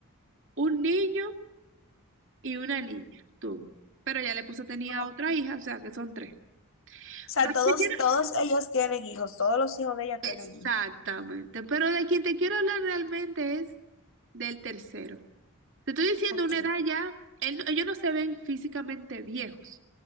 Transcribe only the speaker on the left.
Ok.
O
sea,
todos,
todos ellos tienen hijos. Todos los hijos de ella
tienen hijos.
Ok,